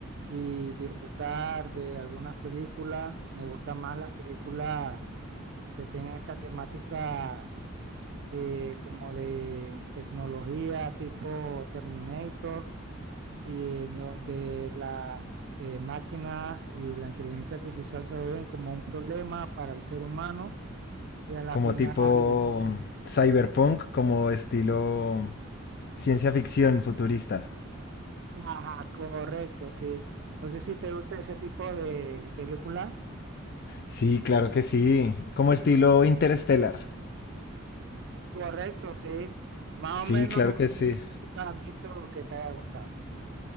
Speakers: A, on the right; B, on the left.
A: y disfrutar de algunas películas. Me gustan más las películas que tengan esta temática eh, como de tecnología tipo Terminator y en donde las eh, máquinas y la inteligencia artificial se ven como un problema para el ser humano y a la
B: Como
A: final,
B: tipo
A: eh,
B: mm, cyberpunk, como estilo ciencia ficción futurista.
A: ajá, correcto, sí. No sé si te gusta ese tipo de película.
B: Sí, claro que sí. Como estilo Interstellar.
A: Correcto, sí. Más
B: Sí,
A: o menos,
B: claro que sí.
A: ¿qué película has visto que te haya gustado?